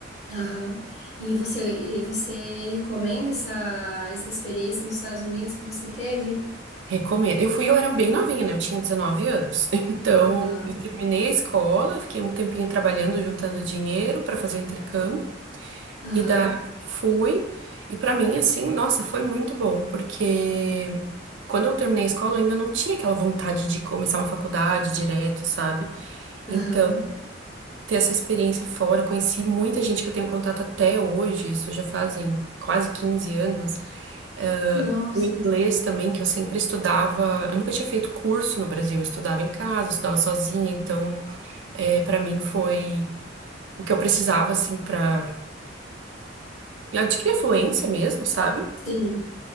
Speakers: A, on the left; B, on the right.
A: Aham. E você, e você recomenda essa, essa experiência nos Estados Unidos que você teve?
B: Recomendo. Eu fui, eu era bem novinha, né? Eu tinha 19 anos. <laughs> Então,
A: Aham,
B: eu terminei a escola, eu fiquei um tempinho trabalhando, juntando dinheiro para fazer o intercâmbio.
A: aham,
B: E daí eu fui. E para mim, assim, nossa, foi muito bom, porque Quando eu terminei a escola, eu ainda não tinha aquela vontade de começar uma faculdade direto, sabe? Então,
A: aham.
B: ter essa experiência fora, conheci muita gente que eu tenho contato até hoje, isso já fazem quase 15 anos. Eh,
A: Nossa,
B: O inglês também, que eu sempre estudava, eu nunca tinha feito curso no Brasil, eu estudava em casa, eu estudava sozinha, então, é, para mim foi o que eu precisava, assim, para adquirir a fluência mesmo, sabe?
A: sim.